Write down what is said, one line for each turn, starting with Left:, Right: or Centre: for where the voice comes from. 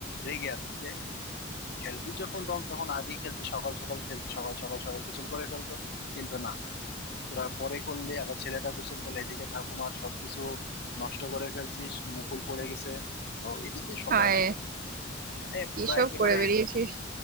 Left: রেগে আছে যে খেলবি যখন রং তখন আগে খেলতি সকাল সকাল খেলতি সকাল সকাল সবাই গোসল করে ফেলতো কিন্তু না তোরা পরে করলে আবার ছেলেটা গোসল করলে এদিকে ঠাকুমার সবকিছু নষ্ট করে ফেলছিস মুকুল পড়ে গেছে তো এদিকে সবাই
Right: হায়
Left: মানে
Right: কি
Left: পুরা
Right: সব
Left: একেবারে
Right: করে বেরিয়েছিস